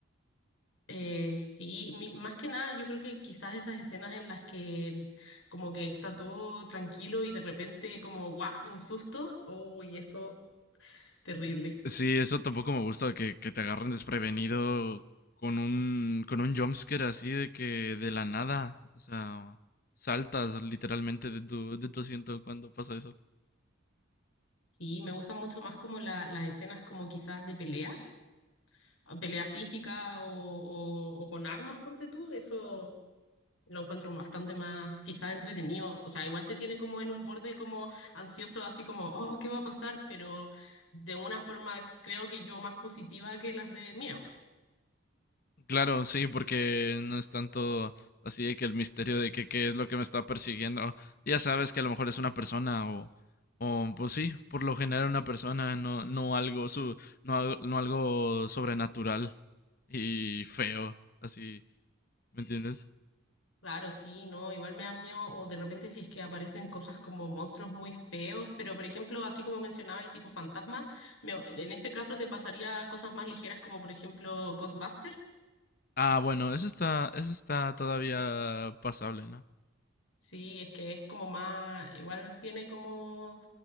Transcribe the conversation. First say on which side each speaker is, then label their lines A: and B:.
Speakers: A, on the left; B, on the left.
A: Eh, sí, mi- más que nada yo creo que quizás esas escenas en las que como que está todo tranquilo y de repente como guau, un susto, uy, eso terrible.
B: Sí, eso tampoco me gusta que, que te agarren desprevenido con un, con un jumpscare así de que de la nada, o sea, saltas literalmente de tu, de tu asiento cuando pasa eso.
A: Sí, me gustan mucho más como la- las escenas como quizás de pelea, a- pelea física o, o, o con armas, ponte tú, eso lo encuentro bastante más quizás entretenido. O sea, igual te tiene como en un borde como ansioso, así como, oh, ¿qué va a pasar? Pero de una forma creo que yo más positiva que las de miedo.
B: Claro, sí, porque no es tanto así de que el misterio de que qué es lo que me está persiguiendo. Ya sabes que a lo mejor es una persona o, o pues sí, por lo general una persona, no, no algo su, no, al- no algo sobrenatural y feo, así, ¿me entiendes?
A: Claro, sí, no, igual me dan miedo, o de repente si es que aparecen cosas como monstruos muy feos, pero por ejemplo, así como mencionaba, y tipo fantasma, me- en ese caso te pasaría cosas más ligeras como por ejemplo Ghostbusters,
B: Ah, bueno, eso está, eso está todavía pasable, ¿no?
A: sí, es que es como más, igual tiene como